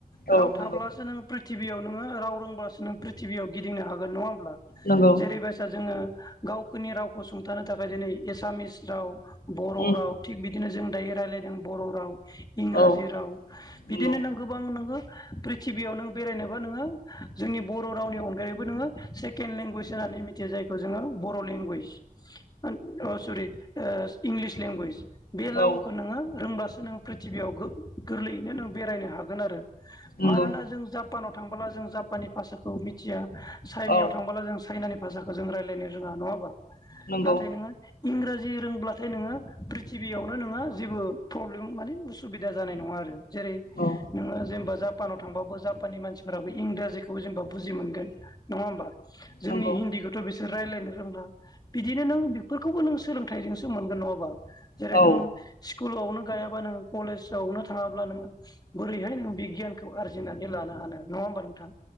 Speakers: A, on the left; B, on the left.
A: राव
B: औ
A: थाब्लासो
B: नंगौ
A: नों प्रिथिबियाव नोङो राव रोंबासो नों प्रिथिबियाव गिदिंनो हागोन नङा होमब्ला?
B: नंगौ
A: जेरैबायसा जोङो गावखौनि रावखौ सुंथानो थाखाय दिनै एसामिस राव बर
B: उम
A: राव थिग बिदिनो जों दायो रायलायदों बर राव। इंराजि
B: औ
A: राव बिदिनो
B: नंगौ
A: नों गोबां नोङो प्रिथिबियाव नों बेरायनोबा नोङो जोंनि बर रावनि अनगायैबो नोङो सेकेण्ड लेंगुवेज होननानै मिथियो जायखौ जोङो बर लेंगुइज आ सरि आ इंलिज लेंगुवेज बे लावखौ
B: औ
A: नोङो रोंबसो नों प्रिथिबियाव गोरलैयैनो नों बेरायनो हागोन आरो।
B: नंगौ
A: मानोना जों जापानाव थांबोला जों जापाननि भाषाखौ मिथिया चाइनायाव
B: औ
A: थांबोला जों चाइनानि भाषाखौ जों रायज्लायनो रोङा नङा हाबा?
B: नंगौ
A: नाथाय नोङो इंराजि रोंब्लाथाय नोङो प्रिथिबियावनो नोङो जेबो प्रब्लेम माने उसुबिदा जानाय नङा आरो। जेरै
B: औ
A: नोङो जेनेबा जापानाव थांबाबो जापानिनि मानसिफोराबो इंराजिखौ जेनेबा बुजि मोनगोन। नङा होमबा? जोंनि
B: नंगौ
A: हिन्दीखौथ' बेसे बिसोर रायज्लायनो रोंला। बिदिनो नों बेफोरखौबो नों सोलोंथाइजोंसो मोनगोन नङाबा? जेरै
B: औ
A: नोंङ स्कुलावनो गायाबा नों कलेजावनो थाङाब्ला नोङो बोरैहाय नों बिगियानखौ आरजिनानै लानो हानो। नङा होमबा नोंथां?